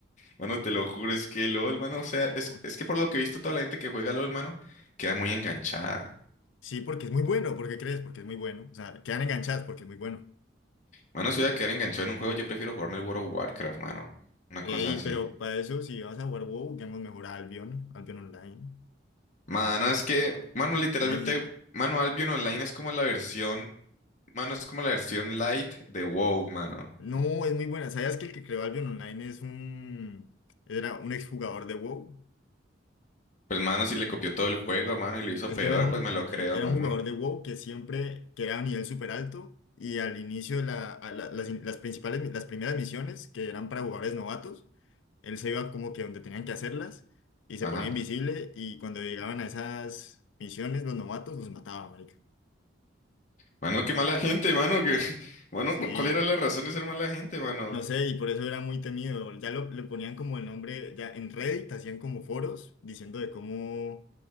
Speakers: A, on the left; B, on the left.
A: Mano, te lo juro, es que LOL, mano,
B: No.
A: o sea, es, es que por lo que he visto, toda la gente que juega LOL, mano, queda muy enganchada.
B: Sí, porque es muy bueno. ¿Por qué crees? Porque es muy bueno. O sea, quedan enganchadas porque es muy bueno.
A: Mano, si voy a quedar enganchado en un juego, yo prefiero jugarme el World of Warcraft, mano. Una
B: Ey,
A: cosa así.
B: pero para eso, si vas a jugar WoW, juguemos mejor a Albion, Albion Online.
A: Mano, es que, mano, literalmente,
B: Eh,
A: mano, Albion Online es como la versión, mano, es como la versión light de WoW, mano.
B: no, es muy buena. ¿Sabías que el que creó Albion Online es un... era un exjugador de WoW?
A: Pues, mano, si le copió todo el juego, mano, y lo hizo
B: Es
A: peor,
B: que era un,
A: pues me lo creo,
B: eh, era
A: mano.
B: un jugador de WoW que siempre, que era a nivel súper alto y al inicio de la, a la- las, las principales, las primeras misiones que eran para jugadores novatos, él se iba como que donde tenían que hacerlas y se
A: Ajá.
B: ponía invisible y cuando llegaban a esas misiones los novatos los mataba, marica.
A: Mano, qué mala gente, mano, que, <laughs> mano,
B: Sí,
A: ¿cuál era la razón de ser mala gente, mano?
B: No sé, y por eso era muy temido. Ya lo, le ponían como el nombre, ya en Reddit hacían como foros diciendo de cómo,